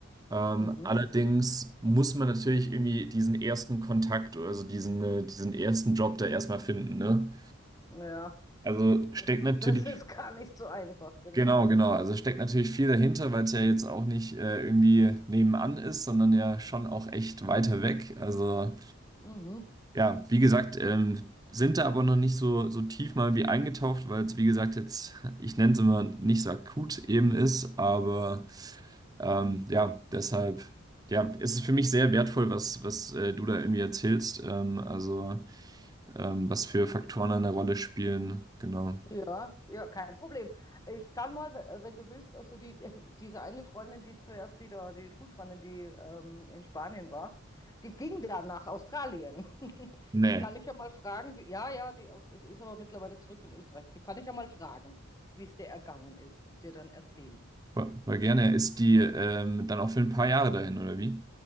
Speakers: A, on the right (about 20°); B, on the left (about 15°).
A: Ähm,
B: mhm.
A: allerdings muss man natürlich irgendwie diesen ersten Kontakt, also diesen, äh, diesen ersten Job da erstmal finden, ne?
B: Ja,
A: Also steckt
B: das,
A: natürlich,
B: das ist gar nicht so einfach, genau.
A: genau, genau. Also steckt natürlich viel dahinter, weil es ja jetzt auch nicht äh, irgendwie nebenan ist, sondern ja schon auch echt weiter weg. Also
B: Mhm.
A: ja, wie gesagt, ähm, sind da aber noch nicht so, so tief mal wie eingetaucht, weil es, wie gesagt, jetzt, ich nenne es immer, nicht so akut eben ist, aber ähm, ja, deshalb. Ja, es ist es für mich sehr wertvoll, was, was äh, du da irgendwie erzählst. Ähm, also, ähm, was für Faktoren eine Rolle spielen. Genau.
B: Ja, ja, kein Problem. Ich kann mal, äh, wenn du willst, also die, <laughs> diese eine Freundin, die zuerst, die da, die Schulfreundin, die ähm, in Spanien war, die ging dann nach Australien. <laughs>
A: Nee,
B: Die kann ich ja mal fragen, wie, ja, ja, die, die ist aber mittlerweile zurück in Österreich. Die kann ich ja mal fragen, wie es dir ergangen ist und dir dann erzählen.
A: War, war gerne. Ist die ähm, dann auch für ein paar Jahre dahin, oder wie?